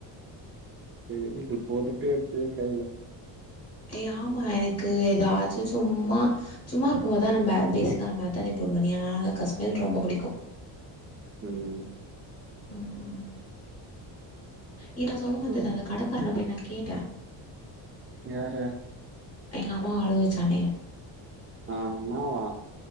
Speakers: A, on the right (about 30°); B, on the left (about 35°).
A: செரிது போட்டுட்டே இருக்கியே கையில
B: ஏ ஆமா எனக்கு ஏதாச்சு சும்மா சும்மா இருக்கும்போதுதா நம்ப பேசிக்கா ந மர்த்தாணி போடுவேனு ஏனா க ஸ்மெல் ரொம்ப புடிக்கு
A: ம்
B: ம் ஏ நா சொல்ல மறந்துடே
A: ம்
B: அந்த கடக்கரான நா போய் கேட்டே
A: யார
B: எங்க அம்மாவ அழுக வைச்சானே
A: ஆ என்னவா